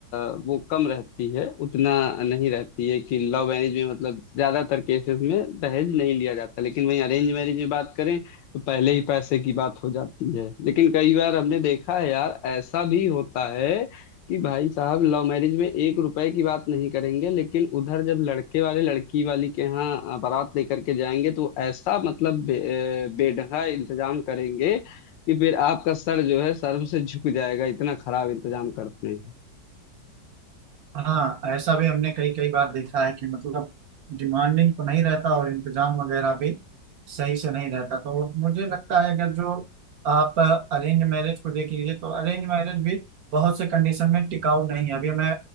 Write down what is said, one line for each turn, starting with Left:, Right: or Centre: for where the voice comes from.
Left: अ, वो कम रहती है उतना नहीं रहती है कि लव मैरिज में मतलब ज्यादातर केसेस में दहेज नहीं लिया जाता लेकिन वहीं अरेंज मैरिज में बात करें तो पहले ही पैसे की बात हो जाती है लेकिन कई बार हमने देखा है यार ऐसा भी होता है कि भाई साहब लव मैरिज में एक रुपए की बात नहीं करेंगे लेकिन उधर जब लड़के वाले लड़की वाली के यहाँ अ, बारात लेकर के जाएंगे तो ऐसा मतलब बे, अ, बेढंगा इंतजाम करेंगे कि फिर आपका सर जो है शर्म से झुक जाएगा इतना खराब इंतजाम करते हैं
Right: हाँ ऐसा भी हमने कई कई बार देखा है कि मतलब डिमांडिंग तो नहीं रहता और इंतजाम वगैरह भी सही से नहीं रहता तो मुझे लगता है अगर जो आप अरेंज मैरिज को देख लीजिए तो अरेंज मैरिज भी बहुत से कंडीशन में टिकाऊ नहीं है अभी मैं